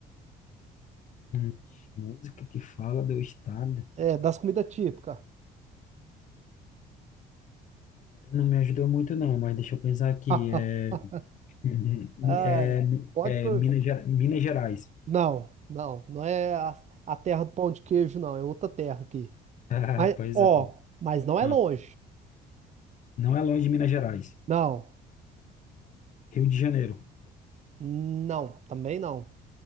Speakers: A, on the left (about 50°); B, on the right (about 45°).
A: hum, música que fala do estado.
B: É, das comidas típicas.
A: é, Não me ajudou muito, não, mas deixa eu pensar aqui.
B: <laughs>
A: É, <laughs>
B: Ah,
A: é,
B: pode
A: é
B: por.
A: Minas, Ge- Minas Gerais. <laughs>
B: Não, não, não é a, a terra do pão de queijo, não, é outra terra aqui.
A: Ah,
B: Mas,
A: pois
B: ó,
A: é.
B: mas não é
A: Não,
B: longe.
A: não é longe de Minas Gerais.
B: Não,
A: Rio de Janeiro.
B: não, também não.